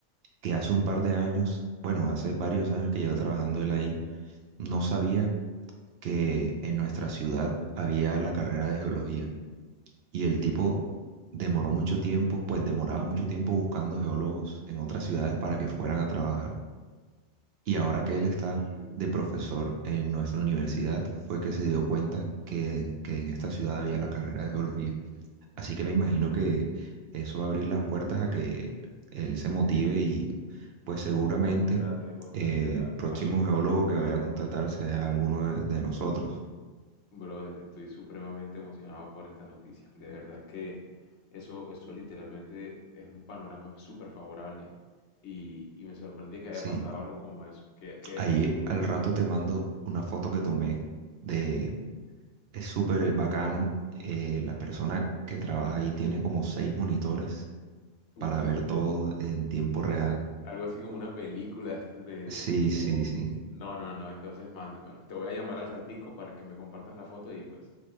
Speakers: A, on the right (about 65°); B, on the left (about 75°).
A: que hace un par de años, bueno, hace varios años que lleva trabajando él ahí, no sabía que en nuestra ciudad había la carrera de geología. Y el tipo demoró mucho tiempo, pues demoraba mucho tiempo buscando geólogos en otras ciudades para que fueran a trabajar. Y ahora
B: Uy,
A: que él está de profesor en nuestra universidad, fue que se dio cuenta que, que en esta ciudad había la carrera de geología. Así que me imagino que eso va a abrir las puertas a que él se motive y pues seguramente
B: y contrate, contrate
A: eh,
B: a
A: próximo
B: a sus
A: geólogo
B: mejores estudiantes.
A: que vaya a contratar sea alguno de de nosotros.
B: Brother, estoy supremamente emocionado por esta noticia. De verdad que eso, eso literalmente es un panorama súper favorable y, y me sorprendí que haya
A: Sí,
B: pasado algo como eso, que, que de
A: ahí
B: pronto,
A: al rato te mando una foto que tomé de es súper bacano. eh, la persona que trabaja ahí tiene como seis monitores
B: uff,
A: para ver todo en tiempo real.
B: algo así como una película de estas de
A: Sí,
B: Dios.
A: sí, sí.
B: No, no, no, entonces mándamelo. Te voy a llamar al ratico para que me compartas la foto y pues